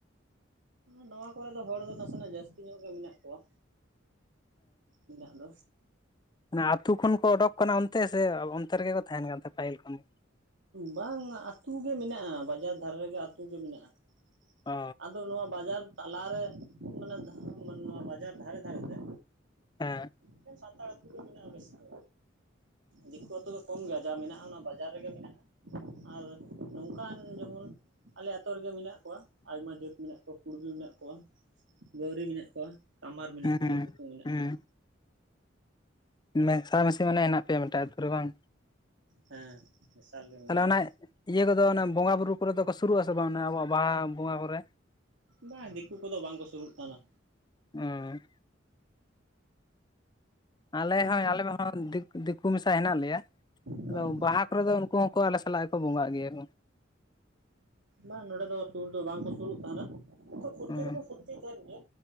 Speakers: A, on the right; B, on the left.
A: ᱱᱚᱣᱟ ᱠᱚᱨᱮ ᱫᱚ ᱦᱚᱲ ᱫᱚ ᱱᱟᱥᱮᱱᱟᱜ ᱡᱟᱹᱥᱛᱤ ᱧᱚᱜ ᱜᱮ ᱢᱮᱱᱟᱜ ᱠᱚᱣᱟ᱾ ᱢᱮᱱᱟᱜ ᱫᱚ᱾
B: ᱟᱱᱮ ᱟᱹᱛᱩ ᱠᱷᱚᱱ ᱠᱚ ᱚᱰᱳᱠ ᱠᱟᱱᱟ ᱚᱱᱛᱮ ᱥᱮ ᱚᱱᱛᱮ ᱨᱮᱜᱮ ᱠᱚ ᱛᱟᱦᱮᱸᱱ ᱠᱟᱱ ᱛᱟᱦᱮᱸᱱ ᱯᱟᱹᱦᱤᱞ ᱠᱷᱚᱱᱜᱮ?
A: ᱵᱟᱝ ᱟᱹᱛᱩ ᱜᱮ ᱢᱮᱱᱟᱜᱼᱟ ᱵᱟᱡᱟᱨ ᱫᱷᱟᱨᱮ ᱨᱮᱜᱮ ᱟᱹᱛᱩ ᱜᱮ ᱢᱮᱱᱟᱜᱼᱟ᱾
B: ᱚ
A: ᱟᱫᱚ ᱱᱚᱣᱟ ᱵᱟᱡᱟᱨ ᱛᱟᱞᱟᱨᱮ ᱢᱟᱱᱮ ᱱᱚᱣᱟ ᱵᱟᱡᱟᱨ ᱫᱷᱟᱨᱮ ᱫᱷᱟᱨᱮ ᱛᱮ,
B: ᱦᱮᱸ᱾
A: ᱮᱠᱮᱱ ᱥᱟᱱᱛᱟᱲ ᱟᱹᱛᱩ ᱜᱮ ᱢᱮᱱᱟᱜᱼᱟ ᱵᱮᱥ ᱫᱚ᱾ ᱫᱤᱠᱩ ᱟᱛᱩ ᱫᱚ ᱠᱚᱢ ᱜᱮᱭᱟ ᱡᱟ ᱢᱮᱱᱟᱜᱼᱟ ᱚᱱᱟ ᱵᱟᱡᱟᱨ ᱨᱮᱜᱮ ᱢᱮᱱᱟᱜᱼᱟ᱾ ᱟᱨ ᱱᱚᱝᱠᱟᱱ ᱡᱮᱢᱚᱱ ᱟᱞᱮ ᱟᱛᱳ ᱨᱮᱜᱮ ᱢᱮᱱᱟᱜ ᱠᱚᱣᱟ ᱟᱭᱢᱟ ᱡᱟᱹᱛ ᱢᱮᱱᱟᱜ ᱠᱚᱣᱟ ᱠᱩᱲᱵᱤ ᱢᱮᱱᱟᱜ ᱠᱚᱣᱟ᱾ ᱵᱟᱹᱣᱨᱤ ᱢᱮᱱᱟᱜ ᱠᱚᱣᱟ ᱠᱟᱢᱟᱨ
B: ᱦᱩᱸ
A: ᱢᱮᱱᱟᱜ ᱠᱚᱣᱟ ᱱᱩᱠᱩ ᱠᱚ ᱢᱮᱱᱟᱜ
B: ᱦᱩᱸ
A: ᱠᱚᱣᱟ᱾
B: ᱢᱮᱥᱟ ᱢᱤᱥᱤ ᱢᱟᱱᱮ ᱦᱮᱸᱱᱟᱜ ᱯᱮᱭᱟ ᱢᱤᱫᱴᱟᱹᱝ ᱟᱛᱳ ᱨᱮ ᱵᱟᱝ?
A: ᱦᱮᱸ᱾ ᱢᱮᱥᱟᱞ ᱜᱮ᱾ ᱢᱮᱱᱟᱜ
B: ᱛᱟᱦᱚᱞᱮ
A: ᱞᱮᱭᱟ
B: ᱚᱱᱟ ᱤᱭᱟᱹ ᱠᱚᱫᱚ ᱚᱱᱟ ᱵᱚᱸᱜᱟᱼᱵᱩᱨᱩ ᱠᱚᱨᱮ ᱫᱚᱠᱚ ᱥᱩᱨᱩᱜ ᱟᱥᱮ ᱵᱟᱝ ᱟᱵᱚᱣᱟᱜ ᱵᱟᱦᱟ ᱵᱚᱸᱜᱟ ᱠᱚᱨᱮ?
A: ᱵᱟᱝ ᱫᱤᱠᱩ ᱠᱚᱫᱚ ᱵᱟᱝᱠᱚ ᱥᱩᱨᱩᱜ ᱛᱟᱦᱮᱸᱱᱟ᱾
B: ᱚᱸ᱾ ᱟᱞᱮ ᱦᱚᱸ
A: ᱫᱤᱠᱩ
B: ᱟᱞᱮᱢᱟᱦᱚᱸ ᱫᱤᱠ ᱫᱤᱠᱩ ᱢᱮᱥᱟ ᱦᱮᱱᱟᱜ ᱞᱮᱭᱟ᱾
A: ᱵᱟᱝ
B: ᱟᱫᱚ ᱵᱟᱦᱟ ᱠᱚᱨᱮᱫᱚ ᱩᱱᱠᱩ ᱦᱚᱸᱠᱚ ᱟᱞᱮ ᱥᱟᱞᱟᱜ ᱜᱮᱠᱚ ᱵᱚᱸᱜᱟᱜ ᱜᱮᱭᱟ ᱠᱚ᱾
A: ᱚ᱾ ᱵᱟᱝ ᱱᱚᱰᱮ ᱫᱚ ᱥᱩᱨ ᱫᱚ ᱵᱟᱝᱠᱚ ᱥᱩᱨᱩᱜ ᱛᱟᱦᱮᱸᱱᱟ᱾ ᱯᱷᱩᱨᱛᱤ
B: ᱦᱩᱸ
A: ᱫᱚᱠᱚ ᱯᱷᱩᱨᱛᱤ ᱛᱟᱦᱮᱸᱫ ᱜᱮᱭᱟ᱾